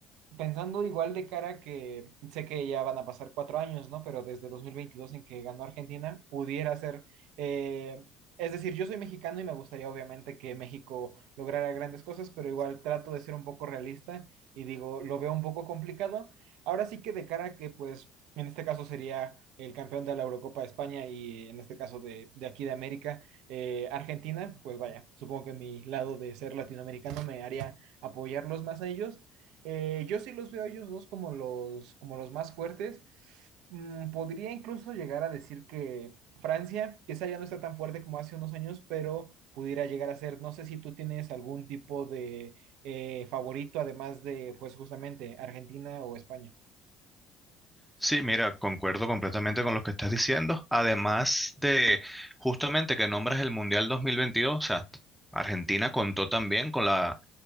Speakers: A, on the right (about 65°); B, in the centre.
A: pensando igual de cara que sé que ya van a pasar cuatro años, ¿no? Pero desde 2022 en que ganó Argentina, pudiera ser. eh, es decir, yo soy mexicano y me gustaría obviamente que México lograra grandes cosas, pero igual trato de ser un poco realista y digo, lo veo un poco complicado. Ahora sí que de cara a que, pues, en este caso sería el campeón de la Eurocopa de España y en este caso de, de aquí de América, eh, Argentina, pues vaya, supongo que mi lado de ser latinoamericano me haría apoyarlos más a ellos. Eh, yo sí los veo a ellos dos como los, como los más fuertes. Mm, podría incluso llegar a decir que Francia, quizá ya no está tan fuerte como hace unos años, pero pudiera llegar a ser, no sé si tú tienes algún tipo de eh, favorito, además de, pues justamente, Argentina o España.
B: Sí, mira, concuerdo completamente con lo que estás diciendo. Además de justamente que nombras el Mundial 2022, o sea, t- Argentina contó también con la,